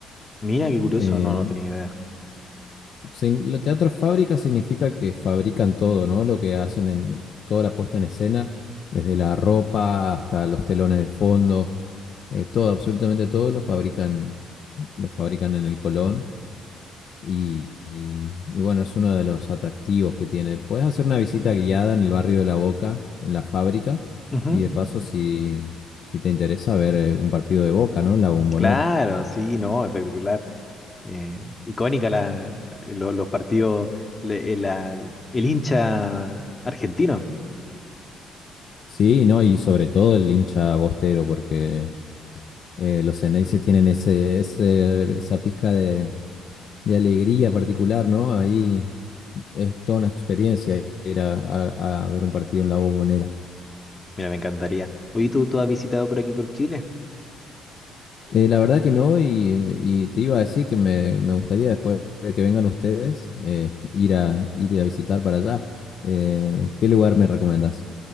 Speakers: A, on the left (about 25°); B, on the left (about 55°).
A: mira, qué curioso,
B: Eh,
A: no, no tenía idea.
B: Sí, lo teatro fábrica significa que fabrican todo, ¿no? Lo que hacen en toda la puesta en escena, desde la ropa hasta los telones de fondo, eh, todo, absolutamente todo lo fabrican, lo fabrican en el Colón. Y, y- y bueno, es uno de los atractivos que tiene. Puedes hacer una visita guiada en el barrio de La Boca, en la fábrica,
A: Ujú.
B: y de paso, si, si te interesa, ver eh, un partido de Boca, ¿no? en La Bombonera.
A: Claro, sí, no, espectacular. Eh, icónica la, lo- los partidos, le- la- el hincha argentino.
B: Sí, no, y sobre todo el hincha bostero, porque eh, los Xeneize tienen ese, ese, esa pizca de, de alegría particular, ¿no? Ahí es toda una experiencia ir a, a- a ver un partido en la Bombonera.
A: Mira, me encantaría. Oye, ¿tú, tú has visitado por aquí por Chile?
B: Eh, la verdad que no, y, y te iba a decir que me, me gustaría después de que vengan ustedes eh, ir a, ir a visitar para allá. Eh, ¿qué lugar me recomendás?